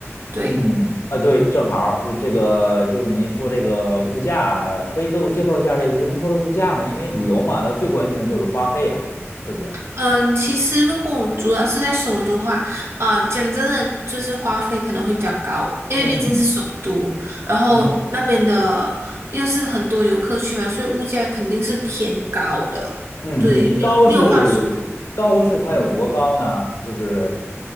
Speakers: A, on the right (about 65°); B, on the left (about 65°).
A: 对。
B: 嗯，啊，对，正好儿呃这个就是您说这个物价，可以给我介绍一下这个吉隆坡的物价吗？因为旅游嘛，那最关心的就是花费呀，是不是？
A: 嗯，其实如果我主要是在首都的话，啊、讲真的，就是花费可能会比较高，因为毕竟是首都，
B: 嗯
A: 然后那边的又是很多游客去嘛，
B: 嗯
A: 所以物价肯定是偏高的，
B: 嗯嗯，
A: 对，没有没有话说。
B: 高是高是它有多高呢？
A: 嗯
B: 就是